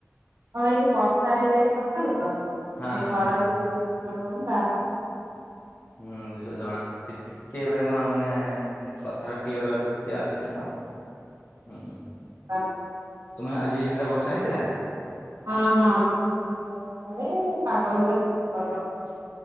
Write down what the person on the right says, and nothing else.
ହଁ ଏଇ ଯୋଉ ବର୍ଷା ହେଇଯାଇଛି ସକାଳୁ ତ। ସେ
ଘର
ଭିତରୁକୁ ଟିକେ ନେଟୱାର୍କ ପାଉନି ବାହା
<unintelligible>
ହଁ ହଁ <inaudible> ସକାଳେ ପାଗ ବି ପୁରା ସେମିତି କରି ରଖିଛି।